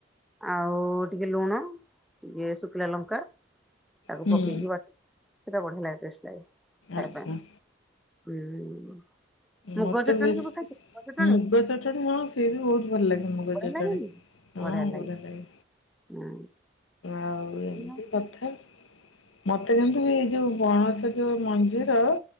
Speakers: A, in the centre; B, on the left.
A: ଆଉ ଟିକିେ ଲୁଣ ଟିକେ ଶୁଖିଲା ଲଙ୍କା ତାକୁ
B: ହୁଁ
A: ପକେଇକି ବା ସେଟା ବଢିଆ ଲାଗେ ଟେଷ୍ଟ ଲାଗେ। ଖାଇବା
B: ଆଚ୍ଛା।
A: ପାଇଁ ହୁଁ। ମୁଗ
B: ମତେ
A: ଚଟଣି
B: ବେଶ
A: କେବେ ଖାଇଛ ଚଟଣି
B: ମୁଗ ଚଟଣି ହଣ ସି ବି ବହୁତ ଭଲ ଲାଗେ। ଆମକୁ
A: ବଢିଆ
B: ଜଟାଣି
A: ଲାଗେନି
B: <inaudible> ହଁ
A: ବଢିଆ
B: <inaudible>
A: ଲାଗେ
B: କଟଣି।
A: ହୁଁ
B: ଆଉ
A: ହୁଁ
B: ଏମିତି କଥା <inaudible> ମତେ କିନ୍ତୁ ବି ଏଇ ଯୋଉ ବଣସ କି ମଞ୍ଜିର